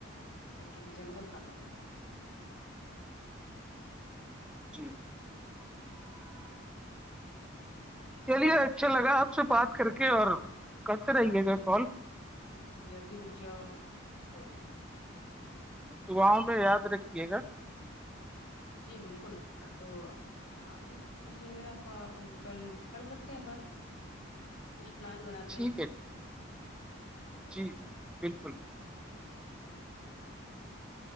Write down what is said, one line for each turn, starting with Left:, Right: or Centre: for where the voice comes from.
Left: یکن جنگل کم ہو گئے
Centre: جی
Left: ہ ہ
Centre: چلیے اچھا لگا آپ سے بات کر کے اور کرتے رہیے
Left: ابھی
Centre: گا کال
Left: جی ابھی رک جاؤ وہ ابھی
Centre: دعاؤں میں یاد رکھیے گا
Left: جی بالکل تو آپ بھی کر لیا گیا کل کل کرتے ہیں بات کچھ پلان بناتے
Centre: ٹھیک ہے ٹھیک
Left: ہے
Centre: جی جی جی بالکل بالل
Left: <unintelligible>